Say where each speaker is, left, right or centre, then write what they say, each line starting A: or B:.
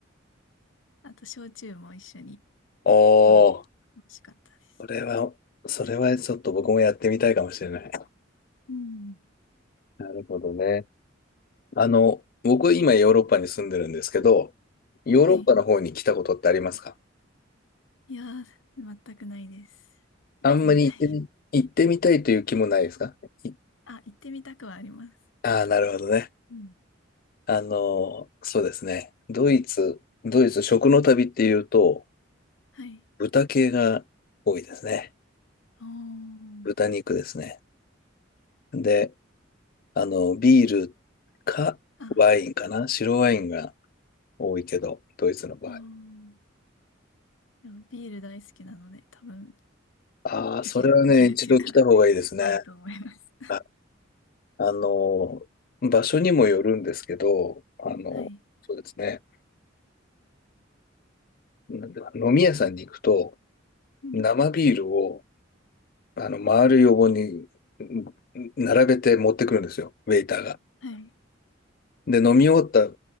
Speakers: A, on the left; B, on the left.
A: あと、焼酎も一緒に
B: おー。
A: 飲んで、美味しかったです。
B: それは、それはちょっと僕もやってみたいかもしれない。
A: うん。
B: なるほどね。あの、僕今ヨーロッパに住んでるんですけど、ヨーロッパの方に来たことってありますか
A: はい。いやー、全くないです。行ってみたい。
B: あんまり行ってみ、行ってみたいという気もないですかい
A: <laughs> あ、行ってみたくはあります。
B: ああ、なるほどね。
A: うん。
B: あの、そうですね。ドイツ、ドイツ食の旅っていうと、
A: はい。
B: 豚系が多いですね。
A: おー。
B: 豚肉ですね。で、あの、ビールかワインかな白ワインが
A: あ、
B: 多いけど、ドイツの場合。
A: おー。いや、ビール大好きなので、多分、
B: ああ、
A: 生きる、
B: それはね、
A: 生きるっていうか
B: 一度来た方がいいですね。
A: <laughs> 合うと思います。
B: あ、あの、場所にもよるんですけど、あの、
A: はい。
B: そうですね。なんだ飲み屋さんに行くと、
A: うん。
B: 生ビールを、あの、丸い横にうん並べて持ってくるんですよ、ウェイターが。
A: はい。
B: で、飲み終わった、